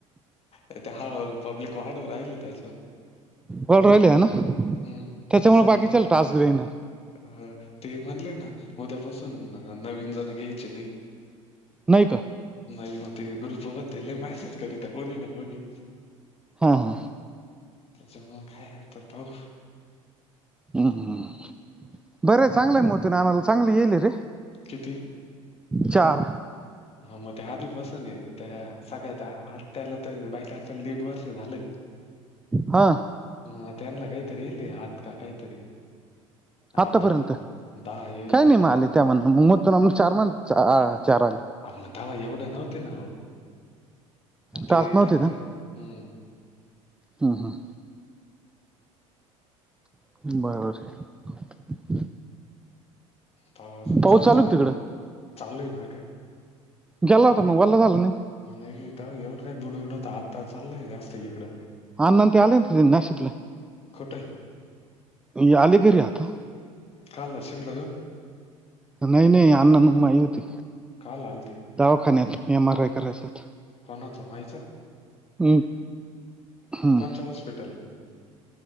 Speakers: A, on the left; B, in the centre.
A: आरे ते हळू-हळू पब्लिक वाढू राहिली त्यांच्यावर
B: वाढु राहिले हे ना.
A: हम्म हम्
B: त्याच्यामुळे
A: असं
B: बाकीच्याला
A: वाटस.
B: टास्क देईना
A: अ ते म्हणले ना उद्यापासून नवीन जण घ्यायचे नाही.
B: नाही का?
A: नाही म ते ग्रुपवर ते लई मॅसेज करीत्या कोणी ना कोणी
B: हा -हां.
A: त्यांच्यामुळे काय आता पाहु
B: हम्, बरं चांगलंय आहे मोती नानाला चांगली येल ये रे.
A: किती?
B: चार
A: हा मग ते आधीपासून ये रे त्या सगळ्यात त्या आत्त्याला तर आत्त्याला दीड वर्ष झालं.
B: हा.
A: आ त्यांनला कायतरी ईलं ये आठ का कायतरी आठ-दहा,
B: आतापर्यंत
A: दाहा येईल
B: काय
A: वाटत
B: नाही मग आले
A: ना
B: त्या म्हणलं मं मोतीराम चार म्हण अं चार, चार आले.
A: अ मं तव्हा एवढे नव्हते ना वो आणि ते
B: टास्क नव्हते
A: त्यांनला, हम्
B: हं- हां. बरं,
A: पाहू अजून
B: पाऊस
A: चौदा
B: चालू का
A: दिव,
B: तिकडं
A: चालूय ना हा काय
B: गेला होता मग वल्ला झालं नाही.?
A: नाही तेव्हा एवढं काय बुड- बुड व्हंत आता चाललंय जास्त इकडं.
B: अण्णा ते आले होते ते नाशिकला,
A: कुठंय
B: ये आले घरी आता.
A: काला शीमला घेऊन?
B: नाही-नाही अण्णा अन् माई होती.
A: काला आलंते?
B: दावाखान्यात एम आर, आय, करायं साठी.
A: कोणाचा माई चा,
B: हम्म हम्म
A: कोणच्या हॉस्पिटलला?